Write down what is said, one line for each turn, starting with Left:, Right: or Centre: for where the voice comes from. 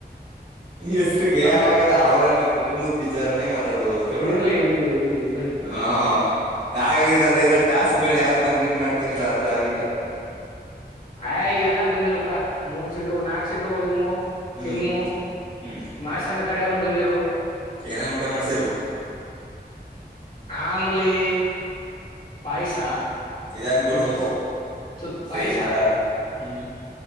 Right: ಎಸ್ರಗ್
Left: ಹ
Right: ಏನಾಗಲ್ಲ ಅವ್ರನ ಕುಟುಂಬದ ವಿಚಾರನೇ ಮಾತಾಡ್ಬೋದು ಅಂತ
Left: ಇರ್ಲಿ
Right: ಹೇಳ.
Left: ಇರ್ಲಿ ಇರ್ಲಿ ಇರ್ಲಿ
Right: ಹೂ. ಹಾಗಿದ್ರ ಅಲ್ಲ ಇರೋ ಟಾಸ್ಕ್ಗಳನ್ನ ಯಾರು ಕಂಪ್ಲೀಟ್ ಮಾಡ್ತನಿಲ್ಲ ಆತರ ಆಗಿದ್ರೆ.
Left: ಆಯ್ ಎಲ್ಲ ಬಂದ್ರು ಕೂಡ ಮೂೂರ್ ಸೀಟ ನಾಕಕ್ ಸೀಟ ಹೋಗಿದ್್ಮ.
Right: ಹ್ಮ್
Left: ಚಿನ್ನು
Right: ಹ್ಮ್
Left: ಮಾಯಸ್ವಾಮಿ ಕಡೆ ಅವರು ಬಂದಿದ್ದರು.
Right: ಏನೇನ್ ಊಟ ಮಾಡ್ಸಿದ್ರು.
Left: ಆಮಲಿ ಪಾಯಸ
Right: ಇದ ಅನ್ಕೊಳು
Left: ಉಪ್ಪು. ತು ಪಾಯಸ.
Right: ಕೈ ಮರ ಅಲ್ಲಿ ಹ್ಮ್